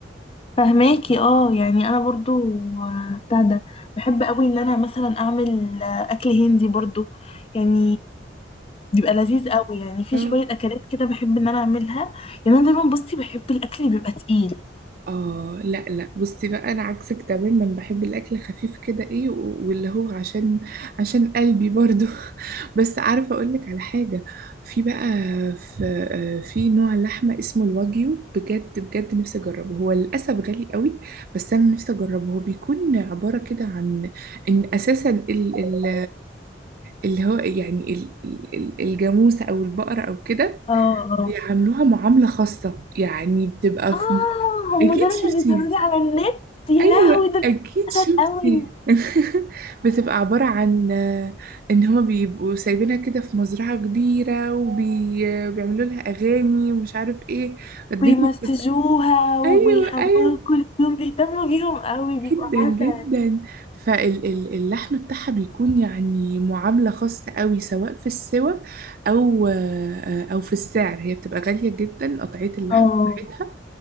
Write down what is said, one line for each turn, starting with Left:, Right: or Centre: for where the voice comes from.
Left: فهماكي اه يعني انا برضو آه، بتاع ده بحب قوي ان انا مثلا اعمل آه، اكل هندي برضو يعني بيبقى لذيذ قوي يعني في
Right: اه
Left: شويه اكلات كده بحب ان انا اعملها يعني انا دايما بصي بحب الاكل اللي بيبقى تقيل
Right: اه لا لا بصي بقى انا عكسك تماما بحب الاكل خفيف كده ايه و- واللي هو عشان عشان قلبي برضو <laughs> بس عارفه اقول لك على حاجه في بقى في آه، في نوع لحمه اسمه الواجيو بجد بجد نفسي اجربه هو للاسف غالي قوي بس انا نفسي اجربه هو بيكون عباره كده عن ان اساسا ال ال اللي هو يعني ال- ال- ال- الجاموسه او البقره او كده
Left: اه اه
Right: بيعاملوها معامله خاصه يعني بتبقى
Left: اه
Right: في
Left: هم
Right: اكيد
Left: دول
Right: شفتيها
Left: اللي بيظهروا لي على النت يا
Right: ايوه
Left: لهوي دول
Right: اكيد شفتي
Left: قوي
Right: <laughs> بتبقى عباره عن آه، ان هما بيبقوا سايبينها كده في مزرعه كبيره وبيعملوا لها اغاني ومش عارف ايه الدنيا
Left: بيمسجوها
Right: بتبقى
Left: وبيحموها
Right: ايوه ايوه
Left: كل يوم بيهتموا بيهم قوي بيبقوا
Right: جدا جدا
Left: عسل
Right: فاللحم بتاعها بيكون يعني معامله خاصه قوي سواء في السوى او آه، او في السعر هي بتبقى غاليه جدا قطعيه اللحم
Left: اه
Right: بتاعتها